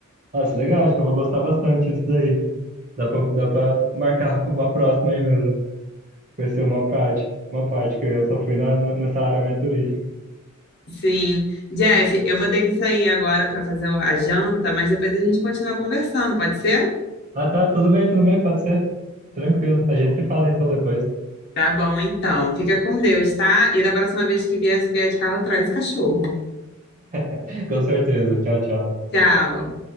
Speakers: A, on the right; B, on the left.
A: Nossa, legal. Acho que eu vou gostar bastante disso daí. Dá pra, dá pra marcar <laughs> uma próxima aí mesmo. Conhecer uma parte. Uma parte que eu só fui na, na- nessa área mais turística.
B: Sim. Jeff, eu vou ter que sair agora para fazer a janta, mas depois a gente continua conversando, pode ser?
A: Ah, tá. Tudo bem, tudo bem. Pode ser. Tranquilo. A gente se fala então depois.
B: Tá bom, então. Fica com Deus, tá? E da próxima vez que vier, se vier de carro, traz cachorro.
A: <laughs> Com certeza. Tchau, tchau.
B: Tchau.